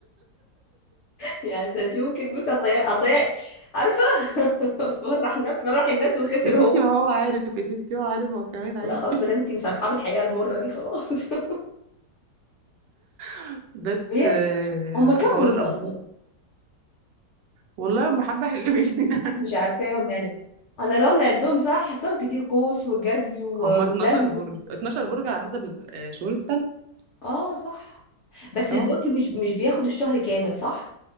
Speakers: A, on the left; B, on the right.
A: <laughs> يعني ده انت ممكن بصي هتضيعي هتضيعي عارفه <laughs> فرح الناس فرح الناس وخسر
B: يا ستي
A: هو
B: ما هو عارف يا ستي هو عارف هو كمان عادي
A: لا خلاص ما دام انت مصرحه بالحقيقه المره دي خلاص <laughs>
B: <laughs> بس
A: هي
B: آه،
A: هما كام
B: حوار
A: برج
B: الابراج
A: اصلا
B: والله هم حبه حلوين <laughs> يعني
A: مش عارفاهم يعني انا لو نعدهم صح حاساهم كتير قوس وجدي و-
B: هم 12
A: ودلو
B: برج 12 برج على حسب ال- آه، شهور السنه
A: اه صح بس
B: اه
A: البرج مش مش بياخد الشهر كامل صح